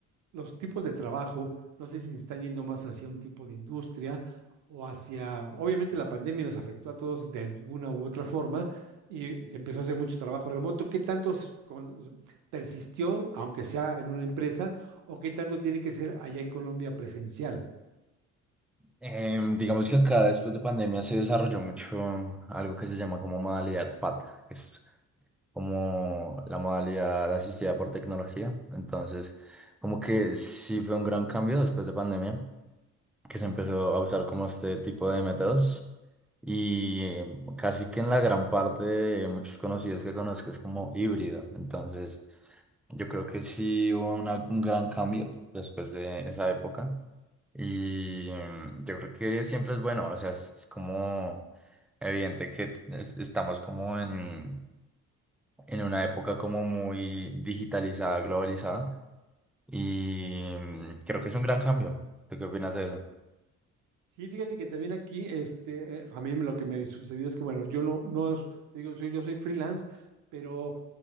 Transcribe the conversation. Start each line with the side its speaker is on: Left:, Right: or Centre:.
Right: los tipos de trabajo, no sé si nos están yendo más hacia un tipo de industria o hacia, obviamente la pandemia nos afectó a todos de alguna u otra forma y se empezó a hacer mucho trabajo remoto. ¿Qué tanto se- con- persistió, aunque sea en una empresa, o qué tanto tiene que ser allá en Colombia presencial?
Centre: Em, digamos que acá después de pandemia se desarrolló mucho algo que se llama como modalidad PAT, que es como la modalidad asistida por tecnología. Entonces, como que sí fue un gran cambio después de pandemia, que se empezó a usar como este tipo de métodos. Y eh, casi que en la gran parte de muchos conocidos que conozco es como híbrido. Entonces, yo creo que sí hubo una- un gran cambio después de esa época. Y mm, yo creo que siempre es bueno, o sea, es, es como evidente que es- estamos como en, en una época como muy digitalizada, globalizada, y mm, creo que es un gran cambio. ¿Tú qué opinas de eso?
Right: Sí, fíjate que también aquí, este, eh, a mí lo que me sucedió es que, bueno, yo no, no, es- te digo, soy- yo soy freelance, pero